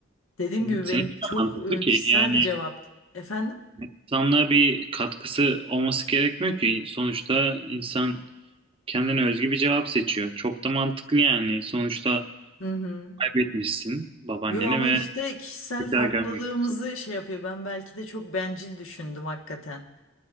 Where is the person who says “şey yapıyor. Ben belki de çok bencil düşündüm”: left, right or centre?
Left